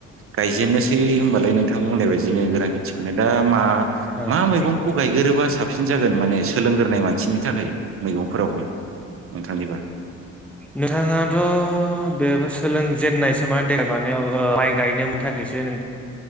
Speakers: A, on the right; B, in the centre.
A: गायजेननो स सै होनबालाय नोंथां बुंनाय बायदिनो गोरां खेथिखौनो दा मा
B: ओ
A: मा मैगं बेखौ गायगोरोबा साबसिन जागोन माने सोलोंग्रोनाय मानसिनि थाखाय मैगंफोरावहाय नोंथांनिबा
B: नोंथाङाथ' बेबो सोलोंजेननायसो मा दे मानाव माइ गायनो थाखायसो नोंथ